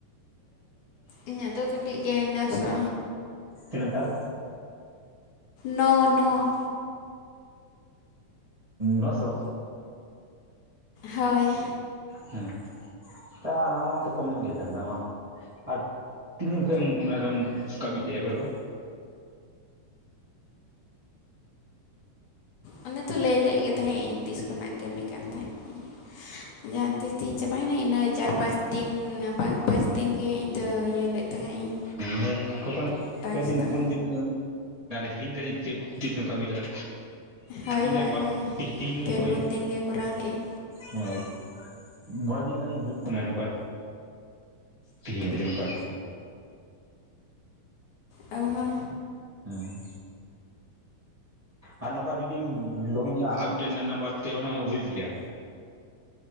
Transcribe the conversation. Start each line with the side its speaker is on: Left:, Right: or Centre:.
Left: ᱤᱧᱟᱹᱜ ᱫᱚ ᱠᱟᱹᱴᱤᱡ ᱜᱮ ᱱᱚᱥᱚ
Right: ᱛᱤᱱᱟᱜ ᱛᱟᱣ
Left: ᱱᱚ ᱱᱚ
Right: ᱱᱚᱥᱚ
Left: ᱦᱳᱭ
Right: ᱦᱮᱸ ᱛᱟ ᱟᱢᱟᱜ ᱫᱚ ᱠᱚᱢ ᱧᱚᱜ ᱜᱮ ᱦᱮᱡ ᱟᱠᱟᱱ ᱛᱟᱢᱟ ᱵᱟᱝ ᱟᱨ ᱛᱤᱱ ᱫᱤᱱ ᱠᱷᱚᱡᱮᱢ ᱚᱱᱟ ᱨᱮᱢ ᱠᱟᱹᱢᱤ ᱛᱟᱦᱮᱫ ᱮᱯ ᱨᱮᱫᱚ
Left: ᱚᱱᱮ ᱛᱚ ᱞᱟᱹᱭ ᱞᱮᱫ ᱜᱮ ᱛᱟᱦᱮᱸᱫ ᱤᱧ ᱛᱤᱥ ᱠᱷᱚᱱᱟᱜ ᱠᱟᱹᱢᱤ ᱠᱟᱱ ᱛᱟᱦᱮᱸᱫ ᱟᱹᱧ ᱡᱟᱦᱟᱸ ᱛᱤᱥ ᱛᱤᱧ ᱪᱟᱵᱟᱭᱮᱱᱟ ᱤᱱᱟᱹ ᱪᱟᱨ ᱯᱟᱸᱪ ᱫᱤᱱ ᱵᱟᱝ ᱯᱟᱸᱪ ᱫᱤᱱᱜᱮ ᱤᱧᱫᱚ ᱤᱭᱟᱹ ᱞᱮᱫ ᱛᱟᱦᱮᱸᱫ ᱤᱧ
Right: <unintelligible>
Left: ᱴᱟᱥᱠ
Right: ᱯᱮ ᱫᱤᱱ
Left: ᱫᱚ
Right: ᱯᱩᱱ ᱫᱤᱱ ᱦᱤᱲᱤᱧ ᱠᱟᱫᱟᱹᱧ ᱪᱮᱫ ᱪᱮᱫ ᱮᱢ ᱠᱟᱹᱢᱤ ᱠᱟᱫᱟ
Left: ᱦᱳᱭ
Right: ᱤᱧ
Left: ᱦᱳᱭ
Right: ᱫᱚ ᱱᱚᱣᱟ
Left: ᱦᱳᱭ
Right: ᱛᱮᱦᱤᱧ ᱱᱤᱭᱮ
Left: ᱯᱮ
Right: ᱳᱭ
Left: ᱯᱩᱱ ᱫᱤᱱ ᱜᱮ ᱠᱚᱨᱟᱣ ᱞᱮᱫᱟᱹᱧ
Right: ᱦᱮᱸ ᱢᱚᱬᱮ ᱫᱤᱱ ᱜᱟᱱᱤᱧ ᱦᱩᱭᱩᱜ ᱠᱟᱱᱟ ᱱᱚᱝᱠᱟ ᱛᱤᱦᱤᱧ ᱩᱱᱤ ᱥᱮ ᱟᱱᱠᱟ
Left: ᱟᱦᱟ
Right: ᱦᱮᱸ ᱟᱨ ᱱᱚᱝᱠᱟ ᱡᱩᱫᱤᱢ ᱞᱚᱜᱤᱱᱟ ᱟᱨ ᱢᱤᱫᱴᱮᱱ ᱱᱟᱢᱵᱟᱨ ᱛᱮ ᱚᱱᱟ ᱦᱚᱸ ᱦᱳᱭᱳᱜ ᱜᱮᱭᱟ